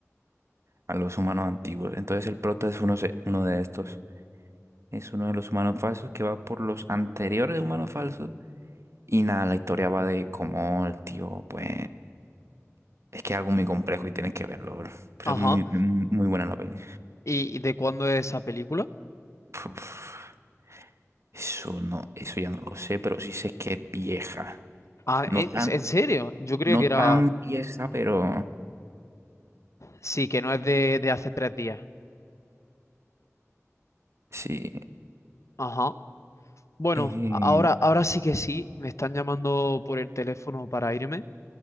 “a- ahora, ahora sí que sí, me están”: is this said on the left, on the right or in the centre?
Left